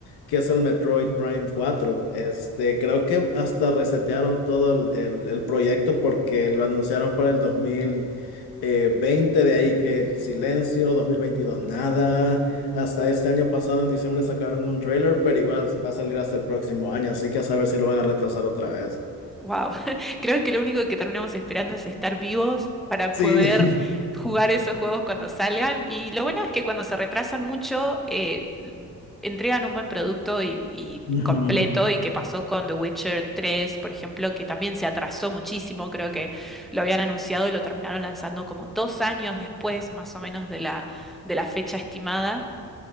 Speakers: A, on the left; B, in the centre.
A: que es el Metroid Prime cuatro. Este, creo que hasta resetearon todo el, el- el proyecto porque lo anunciaron para el dos mil eh, veinte, de ahí que silencio, 2022 nada. Hasta este año pasado, en diciembre, sacaron un trailer, pero igual va a salir hasta el próximo año, así que a saber si lo van a retrasar otra vez.
B: Wow, <laughs> creo que lo único que terminamos esperando es estar vivos para
A: Sí.
B: poder
A: <laughs>
B: jugar esos juegos cuando salgan. Y lo bueno es que cuando se retrasan mucho, eh, entregan un buen producto y, y
A: Ujú,
B: completo. Y que pasó con The Witcher 3, por ejemplo, que también se atrasó muchísimo. Creo que lo habían anunciado y lo terminaron lanzando como dos años después, más o menos, de la, de la fecha estimada.